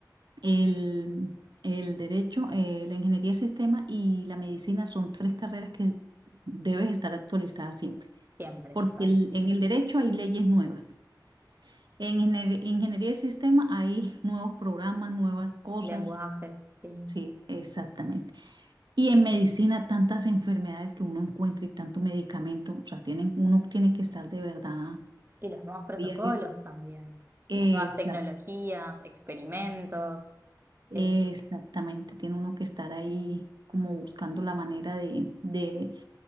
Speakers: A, on the right; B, on the right.
A: El, el derecho, eh, la ingeniería de sistema y la medicina son tres carreras que debes estar actualizada siempre,
B: siempre,
A: porque
B: total.
A: el- en el derecho hay leyes nuevas. En ingenier- ingeniería de sistema hay nuevos programas, nuevas cosas.
B: lenguajes, sí.
A: Sí, exactamente. Y en medicina tantas enfermedades que uno encuentra y tanto medicamento, o sea, tienen, uno tiene que estar de verdad
B: Y los nuevos protocolos
A: diarios.
B: también,
A: Exacto.
B: las nuevas tecnologías, experimentos.
A: Exactamente,
B: eh,
A: tiene uno que estar ahí como buscando la manera de, de